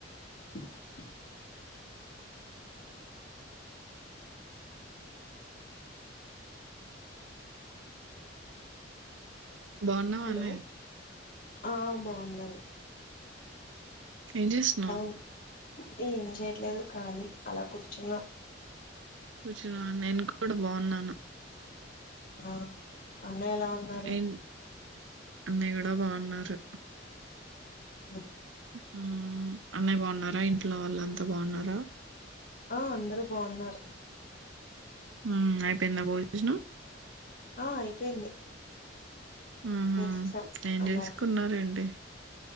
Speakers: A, on the left (about 50°); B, on the right (about 85°).
A: <inaudible>
B: బావున్నవానే
A: Hello ఆ బావుండాను
B: ఏం చేస్తున్నావ్
A: ఉ ఏం చేయట్లేదు ఖాళి అలా కూర్చున్నాం
B: కూర్చున్నా నేను కూడా బాగున్నాను
A: ఆ అన్నయ్య ఎలా ఉన్నారు
B: ఏం అన్నయ్య కూడా బాగున్నారు
A: ఆ
B: హూఅన్నయ్య బాగున్నారా ఇంట్లో వాళ్ళు అంతా బాగున్నారా
A: ఆ అందరూ బాగున్నారు
B: హ్మ్మ్ అయిపోయిందా భోజనం
A: ఆ అయిపోయింది
B: మ్మ్హ.
A: చేస్తావ్
B: ఏం
A: అన్న
B: చేసుకున్నారేంటి